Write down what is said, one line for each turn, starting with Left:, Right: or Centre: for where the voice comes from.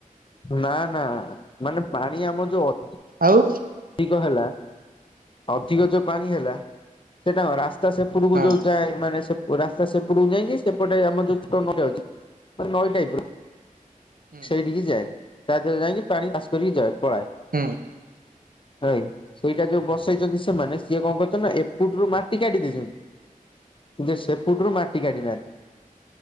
Left: ନାଁ ନାଁ ମାନେ ପାଣି ଆମ ଯଉ ଅ
Right: ଆଉ
Left: ଅଧିକ ହେଲା ଅଧିକ ଯୋଉ ପାଣି ହେଲା ସେଟା କଣ ରାସ୍ତା ସ୍ତା ସେପଟକୁ
Right: ଆଉ
Left: ଯୋଉ ଯାଏ ମାନେ ସେ ଓ ରାସ୍ତା ସେପଟୁକୁ ଯାଇକି ସେପଟେ ଆମର ଯୋଉ ଛୋଟ ନଈଟେ ଅଛି ନଈ ଟାଇପର
Right: ହଁ।
Left: ସେଇଠିକି ଯାଏ ତା ଦେହ ଯାଇକି ପାଣି ପାସ୍ କରିକି ଯାଏ ପଳାଏ
Right: ଉଁ
Left: ଭାଇ ସେଇଟା ଯୋଉ ବସେଇଛନ୍ତି ସେମାନେ ସିଏ କଣ କରିଛନ୍ତି ନା ଏପୁଟରୁୁ ମାଟି କାଢ଼ିଦେଇଛନ୍ତି ଯେ ସେପଟୁରୁ ମାଟି କାଢି
Right: ହୁଁ
Left: ନାହାନ୍ତି